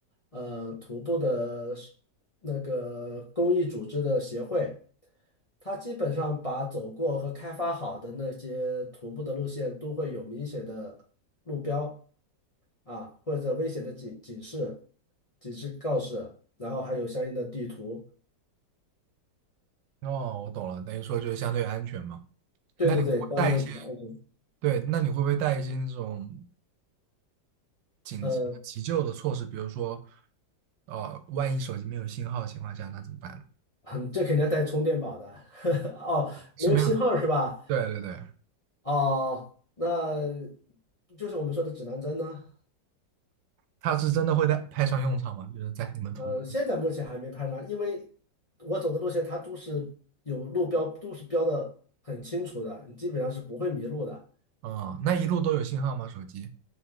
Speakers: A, on the left; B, on the right.
A: 呃徒步的是那个公益组织的协会，它基本上把走过和开发好的那些徒步的路线都会有明显的路标啊，或者危险的警警示、警示告示，然后还有相应的地图。
B: 哦，我懂了，等于说就是相对安全嘛。
A: 对对对，
B: 那你会不会带一些，
A: 相对比较安全。
B: 对，那你会不会带一些那种紧急急救的措施？
A: 呃，
B: 比如说，呃，万一手机没有信号的情况下，那怎么办呢？
A: 很这肯定要带充电宝的。<laughs> 哦，
B: 是没有，
A: 没有信号是吧？
B: 对对对，
A: 哦，那就是我们说的指南针呢、
B: 它是真的会带派上用场吗？就是在你们途，
A: 呃，现在目前还没攀上，因为我走的路线它都是有路标，都是标的很清楚的，你基本上是不会迷路的。
B: 啊、那一路都有信号吗？手机？